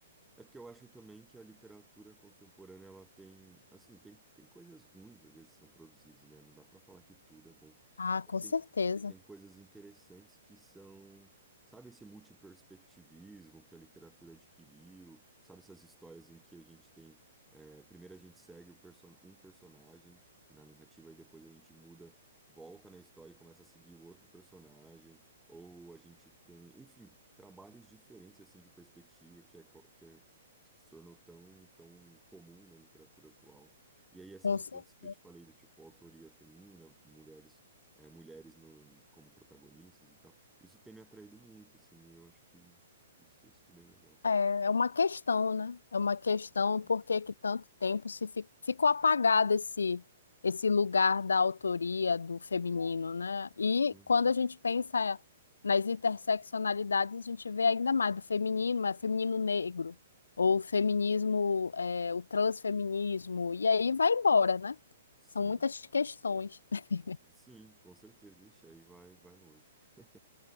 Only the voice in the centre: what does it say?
É porque eu acho também que a literatura contemporânea ela tem, assim, tem, tem coisas ruins às vezes que são produzidas, né? Não dá para falar que tudo é bom.
Mas Tem,
tem coisas interessantes que são, sabe, esse multiperspectivismo que a literatura adquiriu, sabe, essas histórias em que a gente tem, é, primeiro a gente segue o perso um personagem na narrativa e depois a gente muda, volta na história e começa a seguir o outro personagem, ou a gente tem, enfim, trabalhos diferentes assim de perspectiva que é, co- que é que se tornou tão, tão comum na literatura atual. E aí essas
mudanças
que eu te falei, do tipo autoria feminina, mulheres, eh, mulheres no, como protagonistas e tal, isso tem me atraído muito, assim, e eu acho que, que isso tem sido bem legal.
É.
Uhum.
Sim,
sim, com certeza. Ixi, aí vai, vai longe. <laughs>